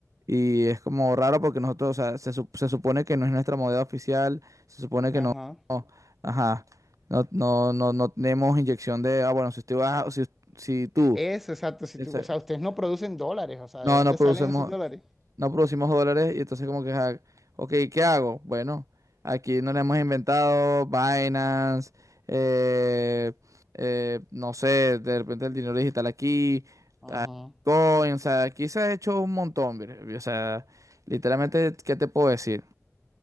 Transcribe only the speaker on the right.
y es como raro porque nosotros, o sea, se, sup- se supone que no es nuestra moneda oficial, se supone
que no, no, ajá, no, no, no, no tenemos inyección de, ah, bueno, si usted va, si, si tú,
esa-
no,
no
producemos
no producimos dólares y entonces como que, ja, ok, ¿qué hago? Bueno, aquí no le hemos inventado Binance, eh, eh, no sé, de repente el dinero digital aquí,
Coin, o sea, aquí se ha hecho un montón, mire, o sea, literalmente, ¿qué te puedo decir?